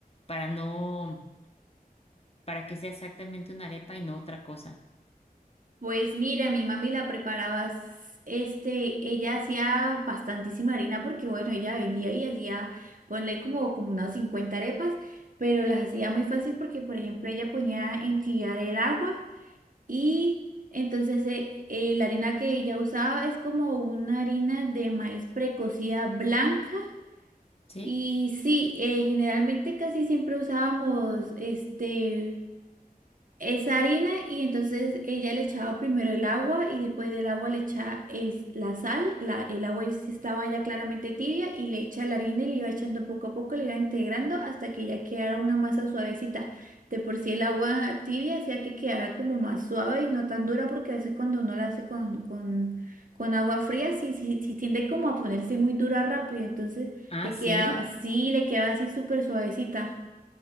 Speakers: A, on the left; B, on the right.
A: para no, para que sea exactamente una arepa y no otra cosa?
B: Pues mira, mi mami la preparaba, s- este, ella hacía bastantísima harina porque bueno, ella vendía y hacía, ponle como, como unas 50 arepas, pero las hacía muy fácil porque por ejemplo ella ponía en tirar el agua. Y entonces eh, eh, la harina que ella usaba es como una harina de maíz precocida blanca.
A: ¿Sí?
B: Y sí, eh, generalmente casi siempre usábamos este esa harina y entonces ella le echaba primero el agua y después del agua le echaba el- la sal, la- el agua es- estaba ya claramente tibia y le echa la harina y le iba echando poco a poco, le iba integrando hasta que ya quedara una masa suavecita. De por sí el agua tibia hacía que quedara como más suave y no tan dura porque a veces cuando uno la hace con, con, con agua fría sí, sí, sí tiende como a ponerse muy dura rápido, entonces
A: Ah,
B: le
A: sí.
B: quedaba, sí, le quedaba así súper suavecita.